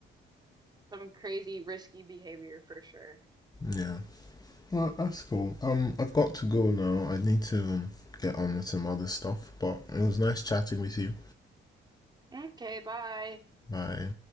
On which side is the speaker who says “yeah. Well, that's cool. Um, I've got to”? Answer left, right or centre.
Left